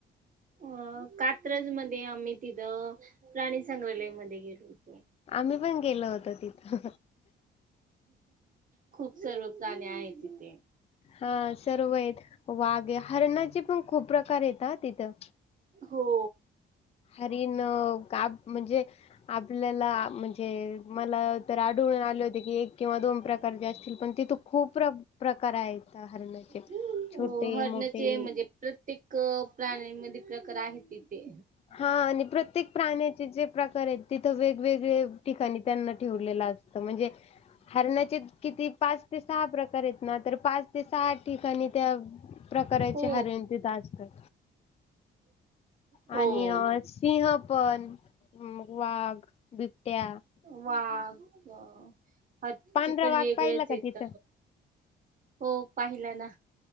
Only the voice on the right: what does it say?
अ कात्रज मध्ये आम्ही तिथं प्राणी संग्रहालयमध्येध्ये गेलो होतो.
खूप सर्व प्राणी आहेत तिथे
हो
हो
हरणाचे
म्हणजे प्रत्येक प्राण्यांमध्ये प्रकार आहे तिथे
हो
हो.
वाघ हचे
पण
वेगळेंच
येत.
हो पाहिला ना